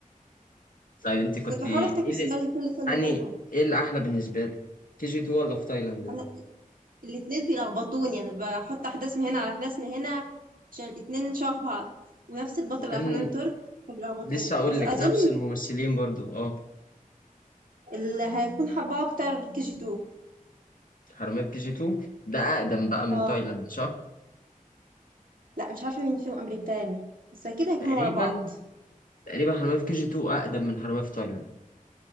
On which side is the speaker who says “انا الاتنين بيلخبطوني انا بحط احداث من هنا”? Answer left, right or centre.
Right